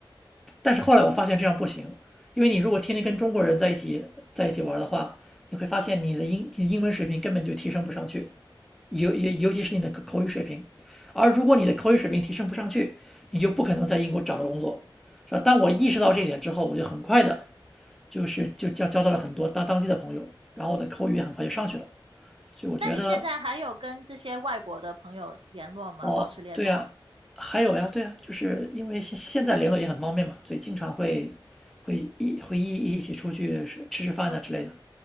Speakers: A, in the centre; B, on the right.
A: 但是后来我发现这样不行，因为你如果天天跟中国人在一起在一起玩的话，你会发现你的英你的英文水平根本就提升不上去，尤尤尤其是你的口口语水平。而如果你的口语水平提升不上去，你就不可能在英国找到工作，是吧？当我意识到这一点之后，我就很快的，就是就交交到了很多当当地的朋友，然后我的口语很快就上去了。所以我觉得
B: 那你现在还有跟这些外国的朋友联络吗？
A: 哦，
B: 保持联络？
A: 对呀，还有呀，对呀，就是因为现现在联络也很方便嘛，所以经常会会一会一一起出去吃吃吃饭啊之类的。